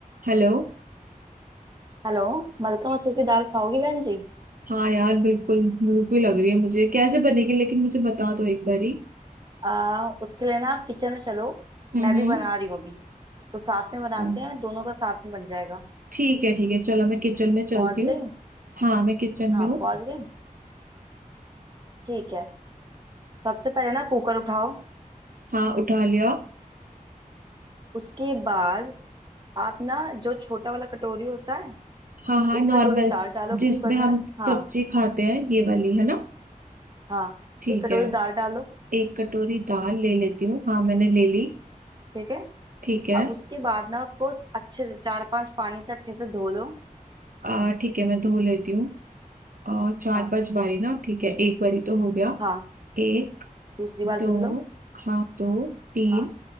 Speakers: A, on the right; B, on the right.
A: Hello
B: हेलो मलका मसूर की दाल खाओगी बहन जी
A: हाँ यार बिल्कुल भूख भी लग रही है मुझे कैसे बनेगी लेकिन मुझे बता दो एक बारी
B: आ, उसके लिए ना आप किचन में चलो
A: हम्म
B: मैं भी
A: हम्म
B: बना रही हूँ अभी तो साथ में बनाते
A: अम,
B: हैं दोनों का साथ में बन जाएगा
A: ठीक है ठीक है चलो मैं किचन में चलती
B: पहुंच
A: हूँ
B: गई
A: हाँ मैं किचन
B: हाँ
A: में हूँ
B: पहुंच गई ठीक है सबसे पहले ना कुकर उठाओ
A: हाँ उठा लिया
B: उसके बाद आप ना जो छोटा वाला कटोरी होता है
A: हाँ हाँ
B: एक
A: नॉर्मल
B: कटोरी दाल डालो कुकर
A: जिसमें हम
B: में हाँ
A: सब्जी खाते हैं ये वाली है ना
B: हाँ
A: ठीक
B: एक कटोरी
A: है
B: दाल डालो
A: एक कटोरी दाल ले लेती हूँ हाँ मैंने ले ली
B: ठीक है
A: ठीक है
B: अब उसके बाद ना उसको अच्छे से चार पांच पानी से अच्छे से धो लो
A: आ ठीक है मैं धो लेती हूँ आ, चार
B: हाँ
A: पांच बारी ना ठीक है एक बारी तो हो गया
B: हाँ
A: एक
B: दूसरी बार
A: दो
B: धुल लो
A: हाँ दो तीन
B: हाँ